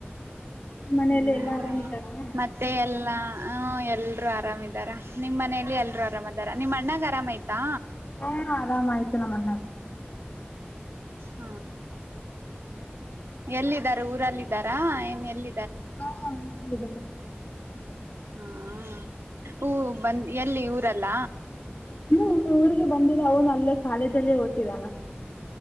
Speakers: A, on the left (about 45°); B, on the right (about 85°).
A: ಮನೇಲಿ
B: ಹ್ಮ್
A: ಎಲ್ಲಾ ಆರಾಮಿದಾರಾ
B: ಮತ್ತೆ ಎಲ್ಲ ಹ್ಮ ಎಲ್ಲರು <unintelligible> ಆರಾಮ ಇದಾರ ನಿಮ್ ಮನೇಲಿ ಎಲ್ ಆರಾಮ್ ಅದಾರ <unintelligible> ನಿಮ್ಮ್ ಅಣ್ಣಾಗ ಆರಾಮಯತಾ
A: ಹಾ ಆರಾಮ ಆಯ್ತು ನಮ್ಮ
B: ಹ್ಮ
A: ಹ್ಮ್
B: ಎಲ್ಲಿದ್ದಾರೆ ಊರಲ್ಲಿದ್ದಾರಾ ಏನ್ ಎಲ್ಲ
A: ಹ ಇದರ <unintelligible>
B: ಹ್ಮ ಹೂ ಬಂದ್ ಎಲ್ಲಿ ಊ <unintelligible> ಇದಲ್ಲ
A: <unintelligible> ಊರಿಗೆ ಬಂದಿಲ್ಲ ಅವನು ಅಲ್ಲೇ ಕಾಲೇಜಲ್ಲೇ ಓಡ್ತಿದ್ನಾ